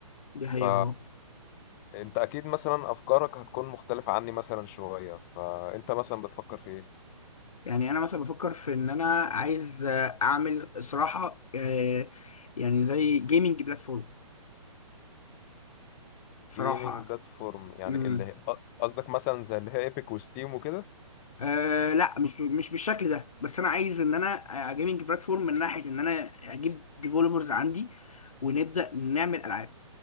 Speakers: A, on the left; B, on the left.
A: دي حقيقه
B: ف
A: اه
B: انت اكيد مثلا افكارك هتكون مختلفة عني مثلا شوية فانت مثلا بتفكر في ايه
A: يعني انا مثلا بفكر في ان انا عايز آه، اعمل صراحه آه، يعني زي جيمنج بلاتفورم صراحه
B: جيمنج بلاتفورم يعني
A: امم
B: اللي هي- قصدك مثلا زي اللي هي ايبك وستيم وكده
A: آه لا مش مش بالشكل ده بس انا عايز ان انا جيمنج بلاتفورم من ناحيه ان انا اجيب ديفلوبرز عندي ونبدا نعمل العاب